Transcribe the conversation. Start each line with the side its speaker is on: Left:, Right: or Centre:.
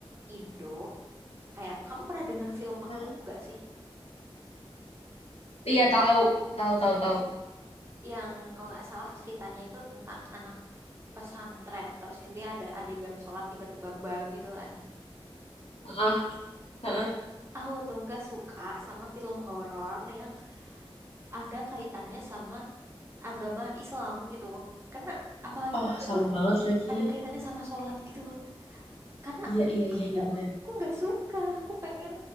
Right: Indo, kayak kamu pernah dengar film Makmum
Left: heeh.
Right: nggak sih?
Left: Iya tahu, tahu, tahu, tahu.
Right: Yang kalau nggak salah ceritanya itu tentang anak pesantren terus intinya ada adegan sholat tiba-tiba bah gitu kan.
Left: Heeh, heeh.
Right: Aku tuh nggak suka sama film horor yang ada kaitannya sama agama Islam gitu. Karena apalagi
Left: Oh,
Right: kalau itu
Left: sama
Right: tuh
Left: banget lagi.
Right: ada kaitannya sama sholat gitu. Karena
Left: Iya, iya, iya,
Right: aku
Left: iya bener.
Right: aku nggak suka. Aku pengen